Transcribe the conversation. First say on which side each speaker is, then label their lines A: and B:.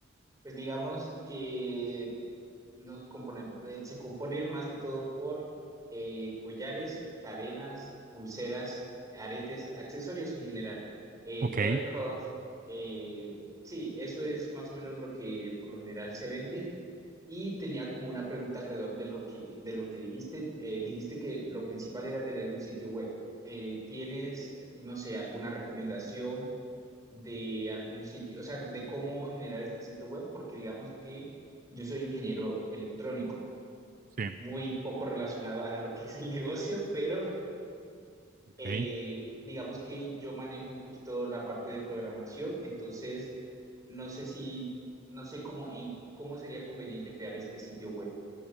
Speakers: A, on the right (about 15°); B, on the right (about 40°).
A: pues digamos que nos componemos, eh, se compone más que todo por eh, collares, cadenas, pulseras, aretes, accesorios en general, eh,
B: Ok,
A: aircraft, eh, sí, eso es más o menos lo que por lo general se vende Y tenía como una pregunta alrededor de lo que, de lo que dijiste. Eh, dijiste que lo principal era tener un sitio web. Eh, ¿tienes, no sé, alguna recomendación de algún sitio, o sea, de cómo generar este sitio web? Porque digamos que yo soy ingeniero electrónico,
B: sí,
A: muy poco relacionado a lo que es el <laughs> negocio, pero
B: ok.
A: eh, digamos que yo manejo un poquito la parte de programación, entonces no sé si, no sé cómo, en, cómo sería conveniente crear este sitio web.